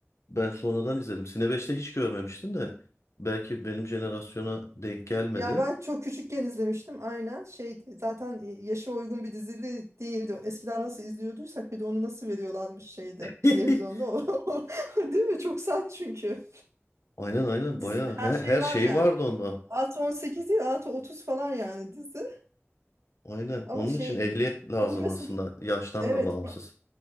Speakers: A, on the left; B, on the right.
A: ben sonradan izledim. Sine 5'te hiç görmemiştim de belki benim jenerasyona denk gelmedi.
B: Ya ben çok küçükken izlemiştim aynen şeydi zaten yaşa uygun bir dizili değildi. Eskiden nasıl izliyorduysak bir de onu nasıl veriyorlarmış şeyde
A: <laughs>
B: televizyonda <laughs> o. Değil mi? Çok sert çünkü.
A: Aynen aynen
B: Dizide
A: bayağı
B: her
A: he-
B: şey
A: her,
B: var
A: şey
B: yani.
A: vardı onda.
B: Artı 18 değil artı 30 falan yani dizi.
A: Aynen.
B: Ama
A: Onun
B: şeydi.
A: için ehliyet lazım
B: Onu mesela
A: aslında. Yaştan
B: evet
A: da bağımsız.
B: bak,